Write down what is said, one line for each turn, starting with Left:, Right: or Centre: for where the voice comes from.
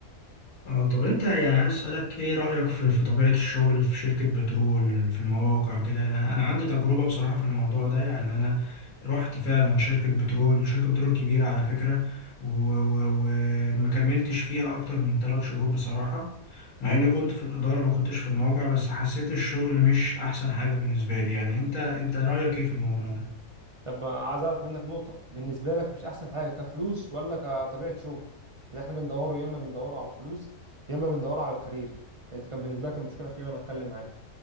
Left: اه طب انت يعني عايز اسالك ايه رايك في في طبيعه الشغل في شركه بترول في المواقع كده انا عندي تجربه بصراحه في الموضوع ده يعني انا رحت فعلا شركه بترول شركه بترول كبيره على فكره وما كملتش فيها اكتر من ثلاث شهور بصراحه مع اني كنت في الاداره ما كنتش في الموقع بس حسيت الشغل مش احسن حاجه بالنسبه لي يعني انت انت رايك ايه في الموضوع ده
Right: طب عايز اعرف منك نقطه بالنسبه لك مش احسن حاجه كفلوس ولا كطبيعه شغل اللي احنا بندوره يا اما بندوره على الفلوس يا اما بندوره على الكارير انت كان بالنسبه لك المشكله في إيه وانا اتكلم معاك